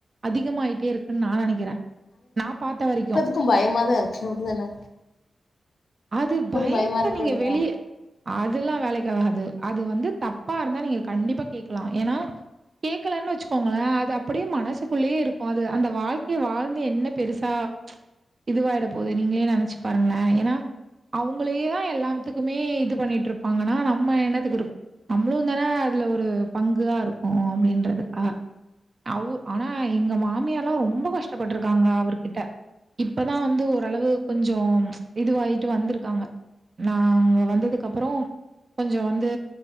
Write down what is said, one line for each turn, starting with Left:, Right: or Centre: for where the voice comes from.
Right: அதிக மாயிட்டே இருக்குன்னு நா நெனகிறே நா பாத்த வரிக்கு
Left: கும் பயமா தா இருக்கும் தான
Right: அது பயத்த
Left: பயமா இருக்கா
Right: நீங்க
Left: இல்லையா
Right: வெளிய அதுல்லா வேலைக்கு ஆகாது அது வந்து தப்பா இருந்தா நீங்க கண்டிப்பா கேக்கலா ஏனா கேக்கலன்னு வச்சுகோங்களே அது அப்டியே மனசுகுள்ளயே இருக்கு அது அந்த வாழ்க்கை வாழ் வந்து என்ன பெருசா இதுவாயிட போகுது நீங்களே நெனச்சு பாருங்களே ஏனா அவுங்களே தா எல்லாத்துக்குமே இது பண்ணிட்ருப்பாங்கன்னா நம் நம்ம என்னத்துக்கு இருக் நம்ளுந்தான அதுல ஒரு பங்கா இருக்கோ அப்படின்றதுக்கா அவு ஆனா எங்க மாமியார்லா ரொம்ப கஷ்டபட்ருக்காங்க அவரு கிட்ட இப்பதா வந்து ஓரளவு கொஞ்சோ இதுவாயி ந்துருக்காங்க நா இங்க வந்ததுக்கு அப்புறோ கொஞ்சோ வந்து